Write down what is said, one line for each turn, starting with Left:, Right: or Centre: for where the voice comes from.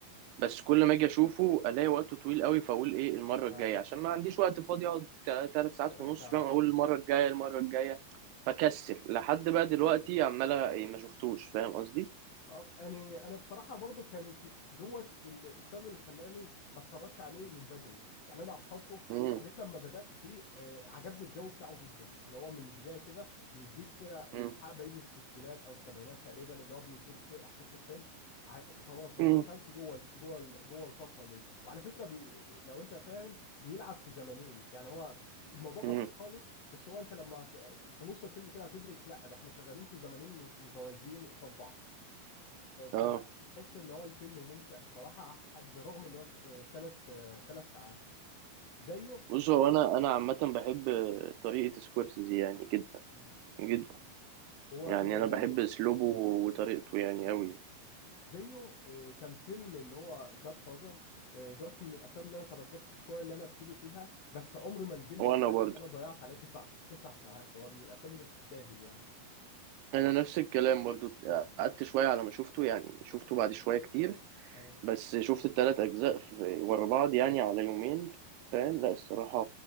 Right: بس كل ما اجي اشوفه الاقي وقته طويل قوي فاقول ايه المره الجايه
Left: اه
Right: عشان ما عنديش وقت فاضي اقعد ثلاث ساعات
Left: ثلاث
Right: ونص
Left: ساعات
Right: فاهم اقول المره الجايه المره الجايه فكسل لحد بقى دلوقتي عمال إيه، ما شفتوش فاهم قصدي
Left: اه انا انا بصراحه برضو كانت دوت ال- السبب اللي خلاني ما اتفرجش عليه من بدري يعني انا اخرته
Right: امم
Left: لحد لما بدات فيه آه، عجبني الجو بتاعه جدا يعني هو من بدايه كده بيديك كده آه،
Right: امم
Left: حق بين الستينات او السبعينات تقريبا اللي هو بيدور فيه احداث الفيلم ع- خلاص انا
Right: امم
Left: دخلت جوه الف- جوه ال- جوه الفتره دي وعلى فكره بي لو انت فاهم بيلعب في زمنين يعني هو الموضوع بسيط
Right: امم
Left: خالص بس هو انت لما هت- في نص الفيلم كده هتدرك لا ده احنا شغالين في زمنين م- متوازيين قصاد بعض
Right: اه
Left: فتحس اللي هو الفيلم ممتع بصراحة برغم اللي هو ثلاث ثلاث ساعات زيه
Right: بص هو انا انا عامه بحب طريقه سكورسيزي يعني جدا
Left: مم.
Right: جدا
Left: هو
Right: يعني
Left: هو
Right: انا
Left: زيه
Right: بحب اسلوبه وطريقته يعني قوي
Left: زيه آه، كان فيلم اللي هو جاد فازر دوت من الافلام اللي انا ترددت شويه اللي انا ابتدي فيها بس عمري ما ندمت
Right: وانا
Left: في حياتي
Right: برضه
Left: اللي انا ضيعت عليها تسع تسع ساعات هو من الافلام اللي تستاهل يعني
Right: انا نفس الكلام برضه قعدت شويه على ما شفته يعني شفته بعد شويه كتير
Left: ايوه
Right: بس شفت التلات اجزاء في ورا بعض يعني على يومين فاهم لا الصراحه